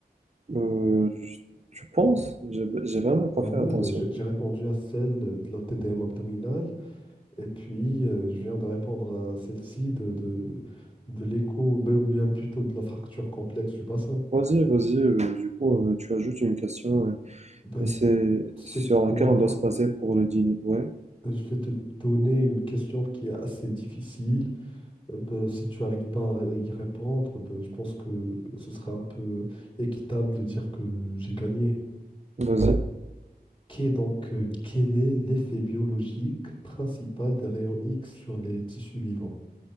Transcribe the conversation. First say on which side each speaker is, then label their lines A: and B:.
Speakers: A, on the right; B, on the left.
A: euh, je- tu penses? J'ai j'ai vraiment pas
B: Bah
A: fait
B: ouais,
A: attention.
B: bah, j'ai j'ai répondu à celle de la TDM abdominale et puis euh, je viens de répondre à celle-ci de, de, de l'écho, bah, ou bien plutôt de la fracture complexe du bassin.
A: Vas-y, vas-y, euh, du coup, euh, tu ajoutes une question euh,
B: Bah,
A: et c'est
B: c'est
A: sur
B: quoi?
A: laquelle on doit se baser pour le dîner. Ouais,
B: Je vais te donner une question qui est assez difficile. Euh, bah, si tu n'arrives pas à y répondre, bah, je pense que ce serait un peu équitable de dire que j'ai gagné.
A: vas-y.
B: Qu'est donc, euh, quel est l'effet biologique principal des rayons X sur les tissus vivants?